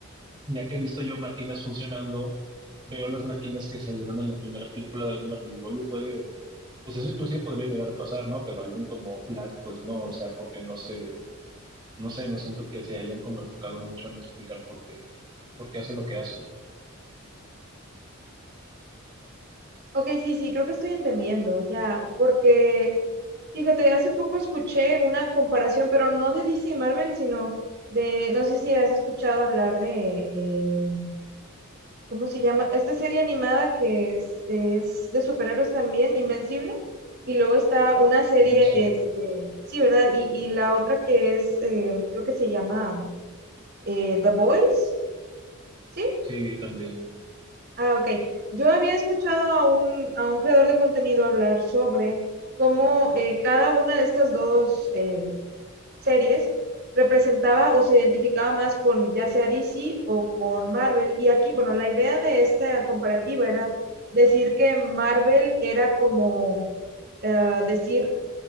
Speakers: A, on the right; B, on the right.
A: ya que he visto yo máquinas funcionando, veo las máquinas que salieron en la primera película de Iron Man y digo, oye, puede, pues eso inclusive podría llegar a pasar, ¿no? Pero alguien como Flash, pues no, o sea, porque no sé, no sé, no siento que se hayan como enfocado mucho en explicar por qué porque hace lo que hace.
B: Ok, sí, sí, creo que estoy entendiendo, ya, porque fíjate, hace poco escuché una comparación, pero no de DC y Marvel, sino de, no sé si has escuchado hablar de, eh, ¿Cómo se llama? Esta serie animada que es, es de superhéroes también, Invencible. Y luego está una serie,
A: Ah, sí,
B: este, sí, ¿verdad? Y, y la otra que es, eh, creo que se llama eh, The Voice, ¿sí?
A: sí, también.
B: Ah, ok. Yo había escuchado a un, a un creador de contenido hablar sobre cómo eh, cada una de estas dos eh, series representaba o se identificaba más con ya sea DC o con Marvel. Y aquí, bueno, la idea de esta comparativa era decir que Marvel era como eh, decir